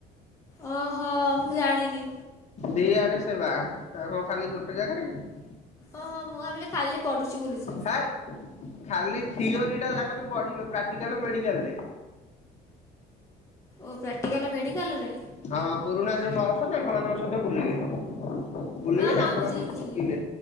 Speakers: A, on the left; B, on the left.
A: ଓହୋ ମୁଁ ଜାଣିନି।
B: ଦିଆଡେ ସେବା ଆଉ କଣ ଖାଲି ଗୋଟେ ଜାଗାରେ କି।
A: ଓହୋ ମୁଁ ଭାବିଲି ଖାଲି ପଢୁଛି ବୋଲି ସେ।
B: ହେ ଖାଲି ଥିଓରି ଟା ତାଙ୍କର ପଢିବେ ପ୍ରାକ୍ଟିକାଲ ମେଡିକାଲରେ।
A: ଓ ପ୍ରାକ୍ଟିକାଲ ମେଡିକାଲ ରେ।
B: ହଁ ପୁରୁଣା ଯୋଉ ନର୍ସ ତାଙ୍କ ମାନଙ୍କ ସହିତ ବୁଲିବେ। ବୁଲିବେ
A: ଓ
B: ତାଙ୍କ
A: ହଁ ବୁଝିଲି
B: ମାନଙ୍କଠୁ
A: ବୁଝିଲି
B: ଶିଖିବେ